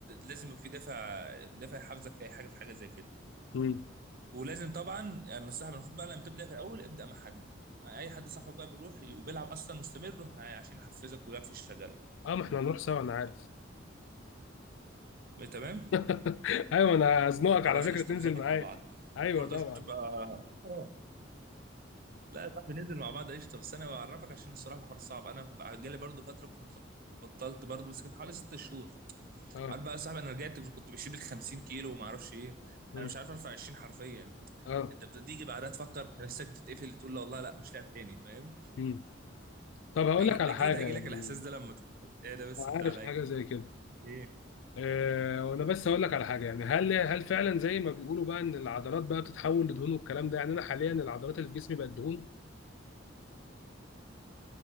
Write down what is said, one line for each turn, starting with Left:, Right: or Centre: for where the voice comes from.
Right: لازم يبقى في دافع دافع يحفزك في اي حاجه في حاجه زي كده
Left: مم.
Right: ولازم طبعا النصيحه من المفروض بقى لما تبدا في الاول ابدا مع حد مع اي حد صاحبك بقى بيروح وبيلعب اصلا مستمر روح معاه عشان يحفزك ويعرف يشتغل
Left: اه ما احنا هنروح سوا انا عارف
Right: تمام
Left: <laughs> ايوه انا هزنقك
Right: خلاص
Left: على فكرة
Right: قشطه
Left: تنزل
Right: نظبط
Left: معايا
Right: مع بعض
Left: ايوه
Right: وبرضه
Left: طبعا
Right: عشان تبقى اه لا يا صاحبي ننزل مع بعض قشطه بس انا بعرفك عشان الصراحه الحوار صعب انا بقى جالي برضه فتره كنت بطلت برضه بس كان حوالي ست شهور
Left: اه
Right: عارف بقى يا صاحبي انا رجعت كنت بشيل 50 كيلو وما اعرفش ايه
Left: مم.
Right: انا مش عارف ارفع 20 حرفيا
Left: اه
Right: انت بتيجي بعدها تفكر في نفسك بتتقفل تقول لا والله لا مش لاعب تاني فاهم
Left: مم. طب هقول
Right: أج-
Left: لك على
Right: اكيد
Left: حاجه
Right: هيجي
Left: يعني
Right: لك الاحساس ده لما ت- ايه ده بس
Left: انا عارف
Right: انت عليا
Left: حاجه زي كده
Right: ايه
Left: آه وانا بس هقول لك على حاجه يعني هل هل فعلا زي ما بيقولوا بقى ان العضلات بقى بتتحول لدهون والكلام ده يعني انا حاليا العضلات اللي في جسمي بقت دهون